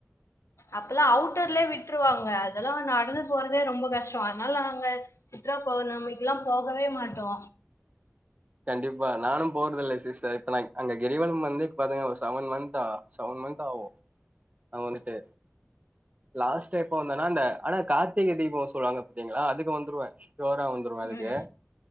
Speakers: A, on the left; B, on the right.
A: அப்பல்லா அவுட்டோர்லே விட்ருவாங்க அதெல்லா நடந்த் போறதே ரொம்போ கஷ்டோ அத்னால நாங்க சித்ரா பௌர்ணமிக்குலா போகவே மாட்டோ
B: கண்டிப்பா நானு போற்தில்ல சிஸ்டர் இப்ப நா அங்க கிரிவலம் வந்து பாத்தீங்க ஒரு செவன் மந்தா அ செவன் மந்த் ஆவு அ வந்துட்டு லாஸ்ட் எப்ப வந்தனா இந்த ஆனா கார்த்திகை தீபோ சொல்வாங்க பாத்தீங்களா அதுக்கு வந்துருவே ஜோரா வந்துருவ அதுக்கு
A: ம்